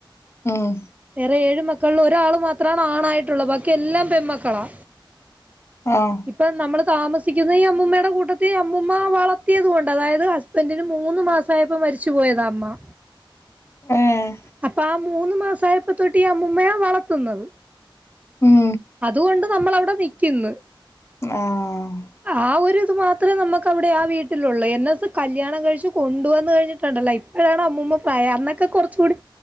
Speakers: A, on the left; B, on the right.
A: ഉം
B: വേറെ ഏഴ് മക്കളിൽ ഒരാള് മാത്രമാണ് ആണായിട്ടുള്ളത് ബാക്കി എല്ലാം പെൺ മക്കളാ
A: ആഹ്
B: ഇപ്പം നമ്മള് താമസിക്കുന്ന ഈ അമ്മൂമ്മയുടെ കൂട്ടത്തിൽ അമ്മൂമ്മ വളർത്തിയത് കൊണ്ടാ അതായത് ഹ സ്ബന്റിന് മൂന്ന് മാസം ആയപ്പോ മരിച്ച് പോയതാ അമ്മ
A: <unintelligible> ഏഹ്
B: അപ്പൊ ആ മൂന്ന് മാസം ആയപ്പോ തൊട്ട് ഈ അമ്മൂമ്മയാ വളർത്തുന്നത്
A: ഉം
B: അതുകൊണ്ട് നമ്മൾ അവിടെ നിക്കുന്നു
A: ആഹ്
B: ആഹ് ഒരു ഇത് മാത്രവേ നമുക്ക് അവിടെ ആ വീട്ടിലുള്ളൂ എന്നെയൊക്ക കല്യാണം കഴിച്ച് കൊണ്ട് വന്ന് കഴിഞ്ഞിട്ടുണ്ടല്ലോ ഇ അപ്പഴാണ് അമ്മൂമ്മ പ്രായം ആയത് അന്നൊക്കെ കുറച്ചൂടി